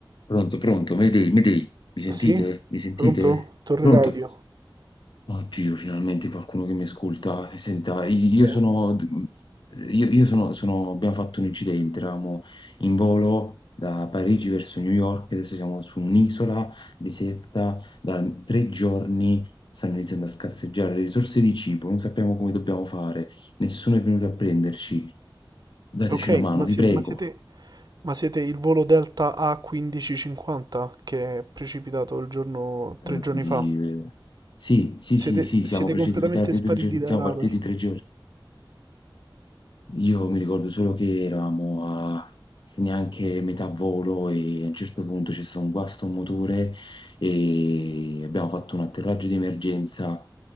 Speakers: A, on the left; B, on the right.
A: Pronto, pronto, Mayday, Mayday, mi sentite?
B: Sì?
A: Mi sentite?
B: Pronto? Torre
A: Pronto?
B: radio.
A: Oddio, finalmente qualcuno che mi ascolta. Eh, Senta, io
B: Chi è?
A: sono... Io, io sono, sono... Abbiamo fatto un incidente, eravamo in volo da Parigi verso New York, adesso siamo su un'isola deserta, da tre giorni stanno iniziando a scarseggiare le risorse di cibo, non sappiamo come dobbiamo fare, nessuno è venuto a prenderci. Dateci
B: Ok,
A: una mano,
B: ma,
A: vi
B: si-
A: prego.
B: ma siete, ma siete il volo Delta A1550 che è precipitato il giorno, tre
A: Ehm,
B: giorni
A: di
B: fa?
A: sì, sì,
B: Siete,
A: sì, sì,
B: siete
A: siamo precipitati
B: completamente spariti
A: 3 giorni
B: dai
A: siamo
B: radar.
A: partiti 3 giorni. Io mi ricordo solo che eravamo a neanche metà volo e a un certo punto c'è stato un guasto a un motore e abbiamo fatto un atterraggio di emergenza.